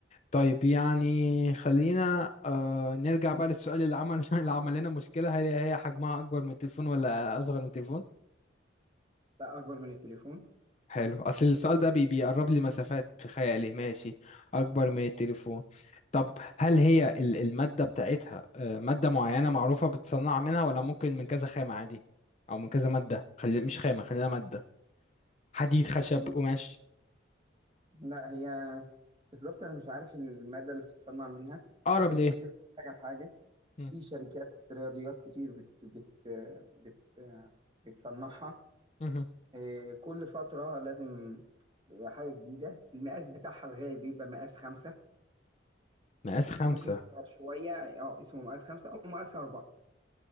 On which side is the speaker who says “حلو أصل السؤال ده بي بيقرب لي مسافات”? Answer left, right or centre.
Left